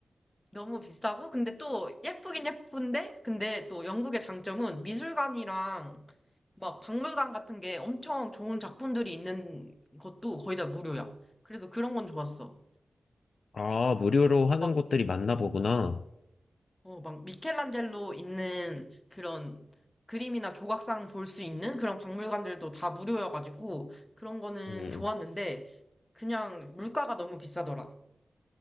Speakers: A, on the left; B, on the left.
A: 너무 비싸고, 근데 또 예쁘긴 예쁜데, 근데 또 영국의 장점은 미술관이랑 막 박물관 같은 게 엄청 좋은 작품들이 있는 것도 거의 다 무료야. 그래서 그런 건 좋았어.
B: 아, 무료로
A: 그래서
B: 하는
A: 막,
B: 곳들이 많나 보구나.
A: 어, 막 미켈란젤로 있는 그런 그림이나 조각상 볼 수 있는 그런 박물관들도 다 무료여가지고 그런 거는
B: 음.
A: 좋았는데, 그냥 물가가 너무 비싸더라.